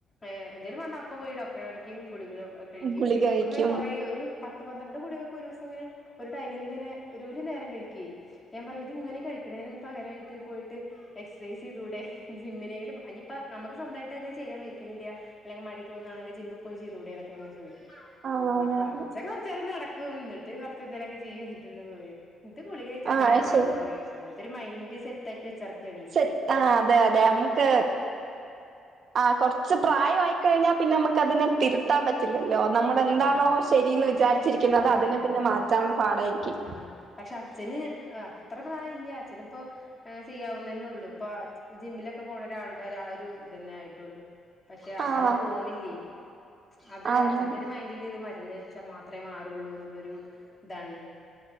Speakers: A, on the left (about 25°); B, on the right (about 55°).
A: ഏ എന്തോലും വന്നാ അപ്പപ്പോയി ഡോക്ടറെ കാണിക്ക- ഗുളിക കഴിക്കും
B: ഗുളിക കഴിക്കും
A: അങ്ങനെ കൊറേ ഒരു പത്തി - പത്ത് പന്ത്രണ്ട് ഗുളികയൊക്കെ ഒരു ദിവസംയിങ്ങനെ ഒരു ടൈമിലിങ്ങനെ ഒരു നേരം കഴിക്കുവെ ഞാൻ പറയും ഇത് ഇങ്ങനെ കഴി - കഴിക്കാണേന് പകരായിട്ട് പോയിട്ട് എക്സസൈസ്- ചെയ്തുടെ ജിമ്മിനെങ്കിലും ഇനിയിപ്പോ നമുക്ക് സ്വന്തമായിട്ട് അങ്ങനെ ചെയ്യാൻ വെക്കുന്നില്ല അല്ലെങ്കി മടി തോന്നുയാണെങ്കി ജിമ്മിൽ പോയി ചെയ്തുടെ എന്നൊക്ക ഇങ്ങനെ ചോദിക്കും
B: ആഹ് അതെ
A: ആ
B: അതെ
A: അച്ഛൻ കൊറച്ച് നേരം നടക്കും എന്നിട്ട് കൊറച്ച് എന്തേലൊക്കെ ചെയ്യും എന്നിട്ട് ഇങ്ങട് പോരും എന്നിട്ട് ഗുളിക- വച്ചാൽ
B: ആഹ്
A: തന്നെ മാറുള്ളൂ
B: ശരി
A: പറയും അങ്ങനത്തെ ഒരു മൈയിൻഡ് സെറ്റ് ആക്കി വെച്ചേർക്കുവാനേ
B: ശരി ആഹ് അതെ അതെ നമക്ക്- ആ കൊറച്ച് പ്രായമായിക്കഴിഞ്ഞാൽ പിന്നെ നമുക്ക് അതിനെ തിരുത്ത - ത്താൻ പറ്റില്ലല്ലോ നമ്മുടെ
A: ആഹ്
B: എന്താണോ ശരിയെന്ന് വിചാരിച്ചിരിക്കുന്നത്
A: അതെ
B: അതിനെ പിന്നെ മാറ്റാൻ പാടായിരിക്കും
A: ആഹ് പക്ഷെ അച്ഛന് അത്ര പ്രായയില്ല അച്ഛനിപ്പോ- ആ ചെയ്യാവുന്ന തന്നെ ഉള്ളൂ ഇപ്പൊ ജിമ്മിലൊക്കെ പോണെ ഒരാളുടെ ആഒരു ഇത് തന്നെ ആയിട്ടുള്ളൂ പക്ഷെ
B: ആഹ്
A: ആള് പോണില്ലേ അത്
B: അങ്ങനെ
A: അച്ഛന്റെ ഒരു മൈൻഡല് ഇത് മരുന്ന് വെച്ചാ മാ - ത്രേ മാറുള്ളൂ എന്നുള്ളൊരു ഇതാണേ